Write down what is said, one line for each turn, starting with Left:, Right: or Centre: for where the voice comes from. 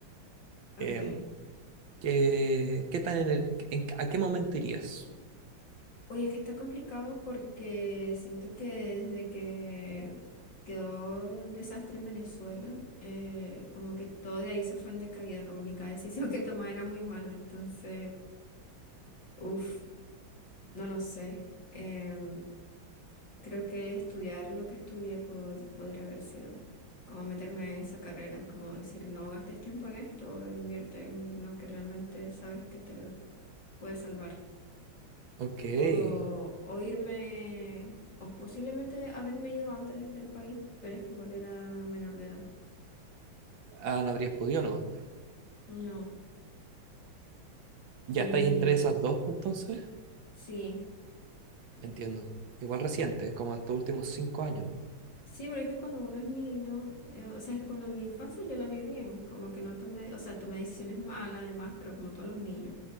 Left: Ok.
Right: em, ¿Qué, qué tan en el, en- a qué momento irías?
Left: Oye, es que está complicado porque siento que desde que quedó el desastre en Venezuela, eh, como que todo de ahí se fue en decaída, como que cada decisión <laughs> que tomaba era muy mala. Entonces, uff, no lo sé. Em, creo que estudiar lo que estudié pod- podría haber sido como meterme en esa carrera, como decir, no gastes tiempo en esto, invierte en lo que realmente sabes que te puede salvar.
Right: Ok.
Left: o, o irme, o posiblemente haberme ido antes del país, pero es que igual era menor de edad.
Right: Ah, no habrías podido, no.
Left: No, y
Right: ¿Ya estáis entre esas dos, pues, entonces?
Left: sí,
Right: Entiendo. Igual reciente, como estos últimos cinco años, ¿no?
Left: Sí, pero es que cuando uno es niño, eh, o sea, es que cuando en mi infancia yo la vi bien, como que no tomé, o sea, tomé decisiones malas además, pero como todos los niños.